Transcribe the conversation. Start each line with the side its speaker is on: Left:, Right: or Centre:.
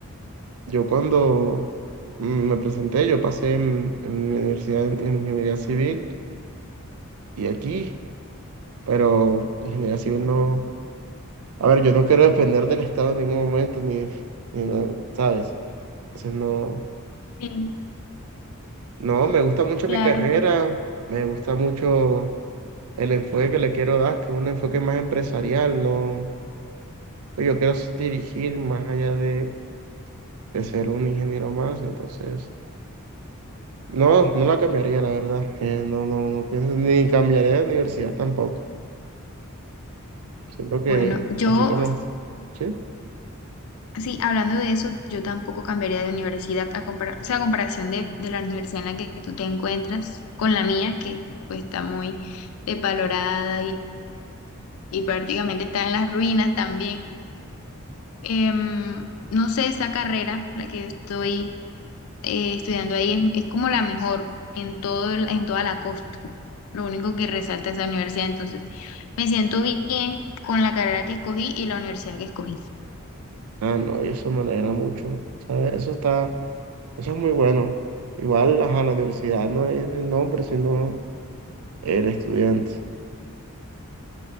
Right: yo cuando mm, me presenté, yo pasé en, en mi universidad en, en ingeniería civil y aquí, pero ingeniería civil no... A ver, yo no quiero depender del Estado en ningún momento, ni, ni nada, ¿sabes? Entonces, no,
Left: Sí,
Right: no, me gusta mucho
Left: claro.
Right: mi carrera, me gusta mucho el enfoque que le quiero dar, que es un enfoque más empresarial, no, pues, yo quiero s- dirigir más allá de, de ser un ingeniero más, entonces, no, no la cambiaría, la verdad, eh, no, no, no pienso, ni cambiaría de universidad tampoco, siento que,
Left: Bueno, yo,
Right: así como, ¿sí?
Left: sí, hablando de eso, yo tampoco cambiaría de universidad a comparar, o sea, a comparación de, de la universidad en la que tú te encuentras con la mía, que pues está muy desvalorada y, y prácticamente está en las ruinas también. Em, no sé, esa carrera, la que estoy eh, estudiando ahí es, es como la mejor en todo, el- en toda la costa. Lo único que resalta es la universidad. Entonces, me siento bien con la carrera que escogí y la universidad que escogí.
Right: Ah, no, y eso me alegra mucho, ¿sabes? Eso está, eso es muy bueno, igual, ajá, la universidad no es el nombre, sino el estudiante.